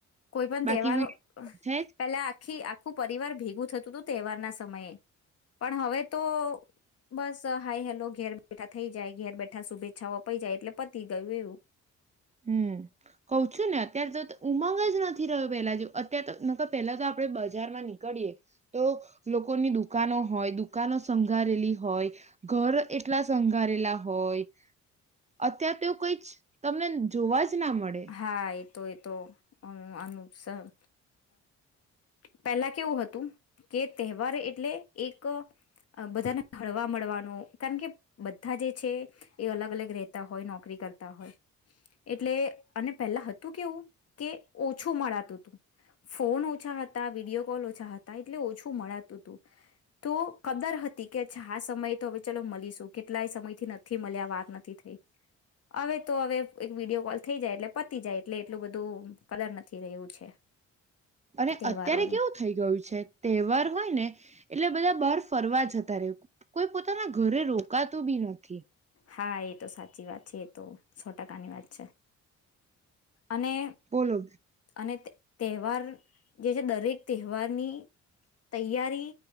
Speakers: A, on the left; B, on the right.
A: કોઈ પણ
B: બાકી
A: તહેવાર
B: વિડીયો છે
A: પેલા આખી આ આખું પરિવાર ભેગું થતું તું તહેવાર ના સમયે પણ હવે તો બસ હાઈ હેલો ઘેર બેઠા થઈ જાય ઘેર બેઠા શુભેચ્છાઓ અપાઈ જાય એટલે પતી ગયું એવું.
B: હમ્મ કઉ છું ને અત્યારે તો ઉમંગ જ નથી રહ્યો પેલા જેવો. અત્યારે તો નક પહેલા તો આપડે બજારમાં નીકળએ તો લોકોની દુકાનો હોય, દુકાનો સંઘારેલી હોય, ઘર એટલા સંઘારેલા હોય અત્યારે તો કઈ જ તમને જોવા‌ જ ના મળે
A: હા એ તો એ તો માનુ સ અ પહેલા કેવું હતું કે, તહેવાર એટલે એક બધાને ફળવા મળવાનું કારણ કે બધા જે છે એ અલગ અલગ રહેતા હોય નોકરી કરતા હોય એટલે અને પહેલા હતું કેવું કે ઓછું મળાતું. ફોન ઓછા હતા, વિડીયો કોલ ઓછા હતા એટલે ઓછું મળાતું તું તો કદર હતી કે આ સમય તો હવે ચાલ મળીશું કેટલાય સમય થી નથી મળ્યા વાત નથી થઈ. હવે તો હવે એક વિડીયો કોલ થઈ જાય એટલે પતી જાય એટલે એટલું બધું કદર નથી રહ્યું છે.
B: અને
A: તહેવારોની
B: અત્યારે કેવું થઈ ગયું છે તહેવાર હોય ને એટલે બધા બર્ફ ફરવા જતા રેય, કોઈ પોતાના ઘરે રોકાતું બી નથી.
A: હા એ તો સાચી વાત છે. એ તો સો ટકાની વાત છે. અને
B: બોલો
A: અને તહેવાર જે છે દરેક તહેવારની તૈયારી